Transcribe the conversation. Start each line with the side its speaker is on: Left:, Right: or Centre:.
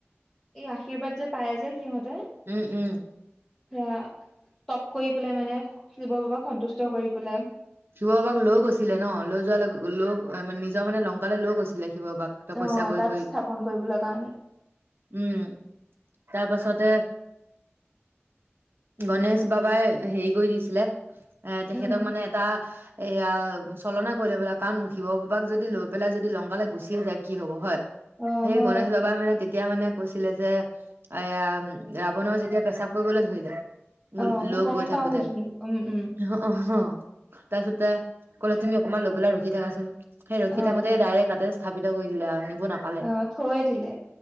Centre: এই আশীৰ্বাদ যে পায় যে, সিহঁতে
Right: উম-উম
Centre: সেয়া তপ কৰি পেলাই মানে শিৱ বাবাক সন্তুষ্ট কৰি পেলাই।
Right: শিৱ বাবাক লৈ গৈছিলে ন', লৈ যোৱা লগ নিজৰ মানে লংকালে লৈ গৈছিলে। শিৱ বাবাক তপস্যা
Centre: আহ
Right: কৰি
Centre: তাত
Right: কৰি
Centre: স্থাপন কৰিবলৈ কাৰণে
Right: উম', তাৰ পাছত তে গণেশ বাবাই হেৰি কৰি দিছিলে, এ', তেখেতক
Centre: উম
Right: মানে এয়া, চলনা কৰিলে কাৰণ শিৱ বাবাক যদি লৈ পেলাই যদি লংকালে গুচিয়ে যায়, কি হব হয়?
Centre: অ
Right: হেই
Centre: হয়
Right: গণেশ বাবা মানে তেতিয়া, তেতিয়া মানে কৈছিলে যে, এয়া ৰাৱণৰ যেতিয়া পেচাব কৰিবলৈ ধৰিলে
Centre: অ', মই
Right: লৈ
Centre: গম
Right: গৈ
Centre: পাওঁ
Right: থাকোতে
Centre: সেইখিনি উম', -উম',
Right: অ অ তাৰপিছতে কলে, তুমি অকমান লৈ পেলাই ৰখি থাকাচোন, সেই ৰখি
Centre: অ
Right: থাকোতেই ডাইৰেক্ট কাতে, স্থাপিত কৰি দিলে আৰু, নিব নাপালে
Centre: অ', থৈয়ে দিলে